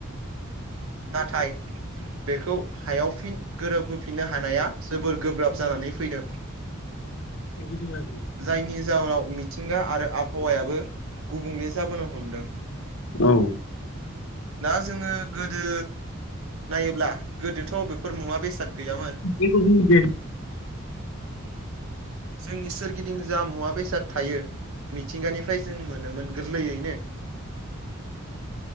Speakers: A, on the right; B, on the left.
A: नाथाय बेखौ हायाव फिन गोरोबहोफिननो हानाया जोबोर गोब्राब जानानै फैदों
B: जों लाजियो
A: जायनि जाउनाव मिथिंगा आरो आबहावायाबो गुबुंले जाबोनो हमदों।
B: औ
A: दा जोङो गोदो नायोब्ला गोदोथ' बबेफोर मुवा बेसाद गैयामोन
B: <unintelligible>
A: जोंनि सोरगिदिं जा मुवा बेसाद थायो मिथिंगानिफ्राय जों मोनोमोन गोरलैयैनो